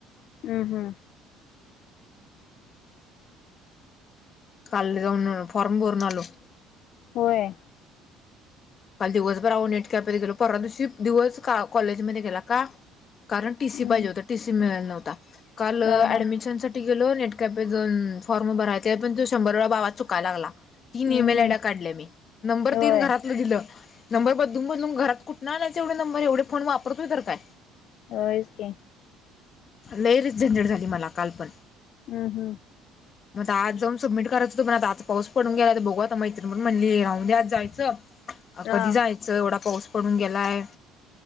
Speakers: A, on the left; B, on the left.
A: हा हा
B: काल जाऊन फॉर्म भरूनआलो
A: होय
B: काल दिवसभर नटक्याप गेलो परवा दिवशी दिवस कॉलेजमध्येध्ये गेला का कारण टीसी
A: हम्म
B: पाहिजे होत टीसी मिळाला, नव्हता काल
A: ह
B: ऍडमिशनसाठी
A: हा
B: तेथे गेलो नेटकॅपो जन, फॉर्म भरायचा पण तो शंभर वेळा, भावा, चुकायला लागला तीन
A: हम्म
B: एम एल
A: हम्म
B: आयड काढल्या मी नंबर
A: होय
B: तीन घरातलं दिलं नंबर बदलून बदलून घरात कुठनं आणायच एवढे नंबर एवढे फोन वापरतय तर काय
A: व्हय स की
B: लय रि झंझट, झाली मला कालपण
A: हं, हं
B: मग आज जाऊन सबमिट करायच होत पण आ पाऊस पडून गेलाय तर बघू आता मैत्रीण पण म्हणली राहून दे आज जायचं
A: हा.
B: कधी जायचं एवढा पाऊस पडून गेलाय